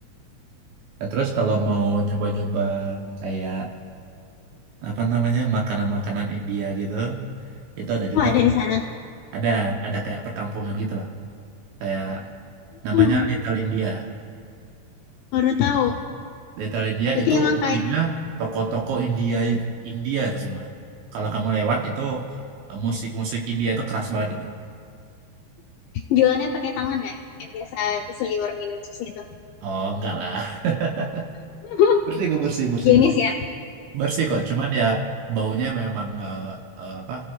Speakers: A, on the right; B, on the left.
A: Nah, terus kalau mau nyoba-nyoba kayak apa namanya makanan-makanan India gitu, itu ada
B: Oh,
A: juga
B: ada
A: tuh.
B: di sana.
A: Ada ada kayak perkampungan gitu lah, kayak namanya
B: Oh,
A: Little India.
B: baru tahu.
A: Little India
B: Berarti
A: itu
B: emang
A: isinya
B: kayak
A: toko-toko India India itu semua. Kalau kamu lewat itu eh, musik-musik India itu keras banget itu.
B: jualannya pakai tangan kayak yang biasa seliwer minum jus gitu.
A: Oh enggak lah. <laughs>
B: <laughs>
A: Bersih kok bersih bersih
B: Jenis
A: bersih.
B: ya.
A: Bersih kok, cuman ya baunya memang eh, eh, apa